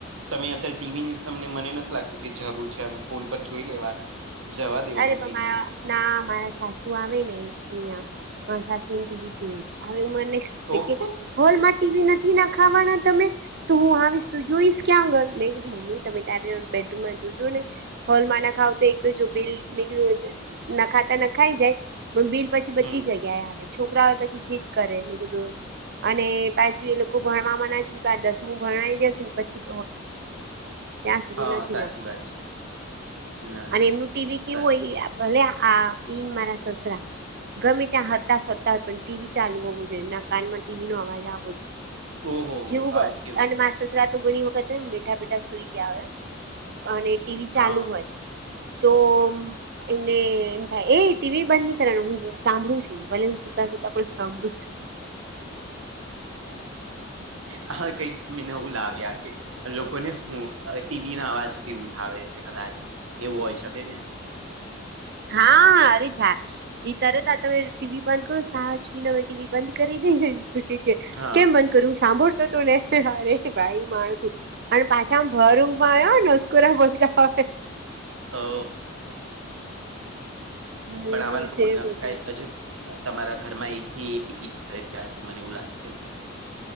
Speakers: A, on the right; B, on the right.
A: તમે અત્યારે ટીવીની તમને મને નથી લાગતું કે જરૂર છે, ફોન પર જોઈ લેવાનું જવા દેવાનું
B: અરેબમાં
A: ટીવીનું
B: ના મારા સાસુ આવે ને અહિયાં મા સાસુ ટી બી જોઈ છે, હવે હું મને થી.
A: ઓહ
B: હોલમાં ટીવી નથી, ના ખાવાના તમે તો હું આવીશ તું જોઈશ ક્યાં આગળ મેં કીધું મમ્મી તમે ત્યારે બેડરૂમમાં જોજો ને હોલમાં ના ખાવ તો એક જો બિલ બી ના ખાતા ન ખાઈ જાય પણ બિલ પછી બધી
A: હમ
B: જગ્યાએ આવે છોકરા હોય પછી જીત કરે મ તોધ અને પાછુ એ લોકો ભણવામાં નામ કે, આ દસમું ભણઈ જશે ને પછી ત્યાં સુધી
A: હા
B: નથીવા
A: સાચી વાત છે ના
B: અને
A: ના
B: એમનું ટીવી કેવું
A: સાચી
B: હોય ભલે આ ઈન મારા સસરા ગમે ત્યાં હરતા ફરતા હોય પણ ટીવી ચાલુ હોવું જોઈએ એમના કાનમાં ટીવી નો અવાજ આવવો જ
A: ઓહો હો
B: જોઈએ
A: આવું કેવું
B: જેયું. દરા તો ઘણી વખત એમ બેઠા, બેઠા સુઈ ગયા હોય, અને ટીવી ચાલુ
A: હા
B: હોય. તો એમને એમ થાય એ ટીવી બંધ નની કરવાનું હું સાંભળું છું. બલેને સુતા, સુતા પણ સાંભળું.
A: આ કં મેીનવું લાવ્યા છે. લોકોને હું ટીવી ના અવાજથી ઊંઘાવે છે, કદાચ એવું હોય શકે ને
B: હા હરીછા એ તરત આ તમે ટીવી બંધ કરો સાજવીનેમે ટીવી બંધ કરી દઈ
A: હા
B: કેમ બંધ કરું સાંભળતો તો ને અરે ભાઈ માણ છું, અને પાછામ ભર માયા નસ્કરા બોલતા હો.
A: હ.
B: હોય
A: બનાવા
B: એવું
A: લોકો
B: છે
A: ન
B: બધું
A: કઈ અજબ તમારા ઘરમાં એકથીઈ્યા છે, મને એવું લાગે છે.